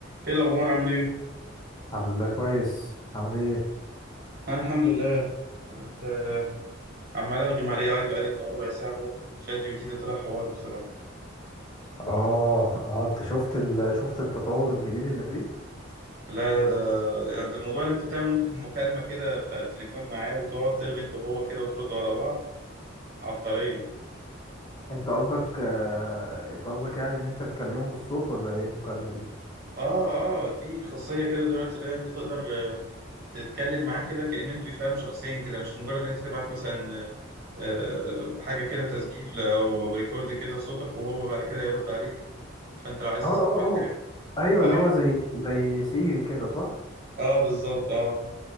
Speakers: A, on the right (about 50°); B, on the left (about 20°).
A: ايه الاخبار عامل ايه
B: الحمد لله كويس عامل ايه
A: انا الحمد لله ده عمال ارغي مع الاي اي بقالي بتاع ربع ساعه اهو شات جي بي تي ده طلع حوار بصراحه
B: اه اه انت شفت ال... شفت التطور الجديد اللي فيه
A: لا لا ده ده موضوع ان انت بتعمل ممكن مكالمه كده بتاع التليفون معاه وتقعد ترغي انت وهو كده وتردوا على بعض عبقريه
B: انت قصدك آه... انت قصدك يعني ان انت تكلمه بالصوت ولا ايه المكالمة دي
A: اه اه في خاصيه كده دلوقتي اللي هي انت تقدر آه، تتكلم معاه كده كأن انتوا فاهم شخصين كده مش مجرد ان انت تبعت مثلا آه، آه، حاجه كده تسجيل او أو ريكورد كده صوتك وهو بعد كده يرد عليك فانت لو عايز
B: اه
A: تسمع
B: اه
A: تبعت حاجه
B: اه ايوه
A: اه
B: اللي هو زي زي سيري كده صح
A: اه بالظبط اه